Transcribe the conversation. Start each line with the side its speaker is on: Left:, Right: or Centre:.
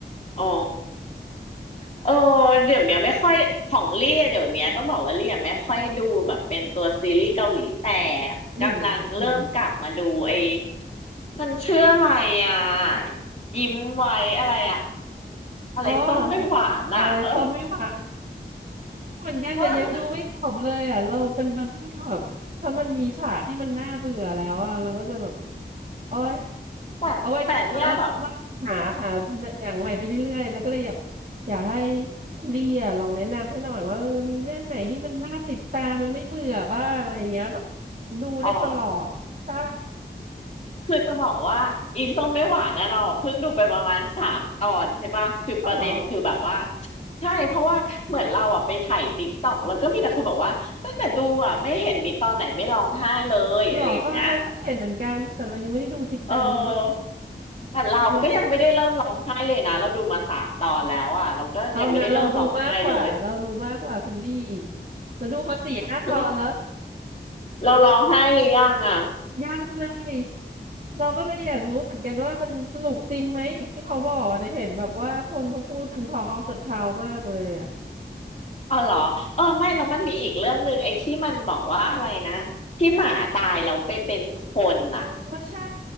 Left: อ๋อเออเดี๋ยวเนี้ยไม่ค่อยของเลี่ยเดี๋ยวเนี้ยต้องบอกว่าเลี่ยไม่ค่อยดูแบบเป็นตัวซีรีส์เกาหลีแต่
Right: อืมค่ะ
Left: กำลังเริ่มกลับมาดูไอ้มันชื่ออะไรอ่ะยิ้มไว้อะไรอ่ะอะไรส้มไม่หวานอ่ะเออ
Right: อ๋อเออส้มไม่หวานเหมือนกันแต่ยังดูไม่จบเลยอ่ะเราเป็นประเภทที่แบบถ้ามันมีฉากที่มันน่าเบื่อแล้วอ่ะเราก็จะแบบ
Left: เออ
Right: โอ๊ย
Left: แต่แต่เนี่ยแบบ
Right: เอาไว้ก็หาหาหาหาหนังใหม่ไปเรื่อยๆแล้วก็เลยอยากอยากให้คุณลี่อ่ะลองแนะนำให้หน่อยว่าเออมีเรื่องไหนที่มันน่าติดตามแล้วไม่เบื่อบ้างอะไรเงี้ยแบบดูได้ตลอดใช่
Left: อ๋อ คือจะบอกว่าอีส้มไม่หวานนะเราเพิ่งดูไปประมาณสามตอนใช่ปะคือประเด็นคือแบบว่า
Right: เอาเหรอ
Left: ใช่เพราะว่าเหมือนเราอ่ะไปถ่ายติ๊กต็อกแล้วก็มีแต่คนบอกว่าตั้งแต่ดูอ่ะไม่เห็นมีตอนไหนไม่ร้องไห้เลยอะไรอย่างเงี้ย
Right: หรอเออเราก็เห็นเหมือนกัน แต่เรายังไม่ได้ดูจริงจังเลย
Left: เออแต่เราก็ยังไม่ได้เริ่มร้องไห้เลยนะเราดูมาสามตอนแล้วอ่ะเราก็ยังไม่ได้เริ่มร้องไห้เลย
Right: เราเอางั้นเราดูมากกว่าเราดูมากกว่าคุณลี่อีกเราดูมาสี่ห้าตอนแล้ว
Left: เราเราร้องไห้หรือยังอ่ะ
Right: ยากเลยเราก็เลยอยากรู้เหมือนกันว่ามันสนุกจริงไหมอย่างที่เขาบอกแต่เห็นแบบว่าคนเขาพูดกันทอล์ก a อ k of the t o w มากเลยอ่ะ
Left: อ๋อเหรอเออไม่แล้วมันมีอีกเรื่องหนึ่งไอ้ที่มันบอกว่าอะไรนะที่หมาตายเราไปเป็นคนน่ะ
Right: อ๋อใช่